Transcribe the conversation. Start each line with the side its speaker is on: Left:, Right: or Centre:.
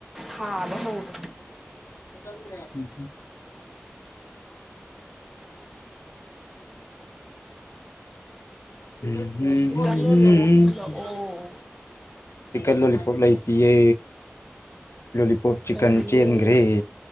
Centre: ꯁꯥꯕ ꯍꯧꯔꯦ
Left: <unintelligible> ꯎꯝ ꯃꯥꯒꯤ <inaudible> ꯎꯝ ꯍꯝ
Centre: ꯆꯤꯛꯀꯟ
Left: ꯎꯝ
Centre: ꯂꯣꯂꯤꯄꯣꯞ ꯊꯤꯜꯂꯛꯑꯣ
Left: ꯎꯝ ꯆꯤꯀꯟ ꯂꯣꯂꯤꯄꯣꯞ ꯂꯩꯇꯤꯌꯦ ꯂꯣꯂꯤ ꯄꯣꯞ ꯆꯤꯀꯟ
Centre: ꯂꯩꯌꯦ
Left: ꯆꯦꯟꯒ꯭ꯔꯦ